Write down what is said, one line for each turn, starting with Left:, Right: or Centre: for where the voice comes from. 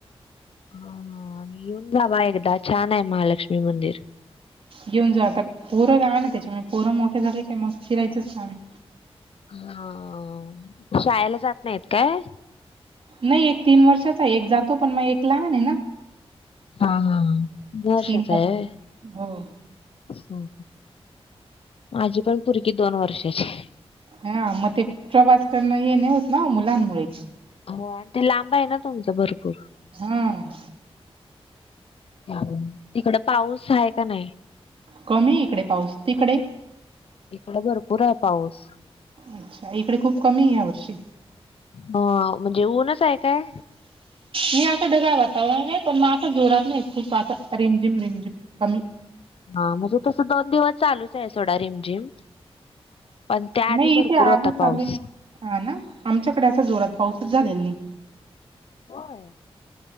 Left: हा ह येऊन जावा एकदा, छान आहे महालक्ष्मी मंदिर.
Right: येेऊन जाऊ आता पोरं लहान आहे ना त्याच्यामुळे पोरं मोठे झाले का मग फिरायचं काम आहे.
Left: हा शाळेला जात नाहीत काय?
Right: नाही एक तीन वर्षाचा एक जातो पण मग एक लहान आहे ना.
Left: हा हा तीन वर्षाचा
Right: तीन वर्ष
Left: आहे होय.
Right: हो
Left: हो. माझी पण पोरगी दोन वर्षाची आहे.
Right: हा मग ते प्रवास करण येणे होत ना मुलांमुळे.
Left: हो आणि ते लांब आहे ना तुमचं भरपूर
Right: हम्म.
Left: तिकड पाऊस आहे का नाही..
Right: कमी आहे इकडे पाऊस. तिकडे?
Left: इकडं भरपूर आहे पाऊस.
Right: अच्छा.. इकडे खूप कमी या वर्षी.
Left: ह म्हणजे ऊनच आहे काय?
Right: मी असं ढगाळ वातावरण आहे, पण मग असं जोरात नाही, खूप असं रिमझिम रिमझिम कमी.
Left: हा तसं दोन चालूच आहे, सोडा रिम-जिम. पण त्याआधी
Right: नाही
Left: भरपूर
Right: इथे
Left: होता
Right: आजच
Left: पाऊस.
Right: चालू आहे हा ना आमच्याकडे असा जोरात पाऊसच झालेला नाही.
Left: होय.